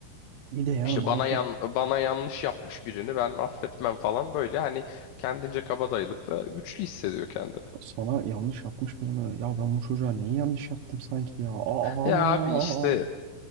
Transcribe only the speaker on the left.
işte
bana
yan bana yanlış yapmış birini ben affetmem falan böyle hani kendince kabadayılıkla güçlü hissediyor kendini.
Ya
abi işte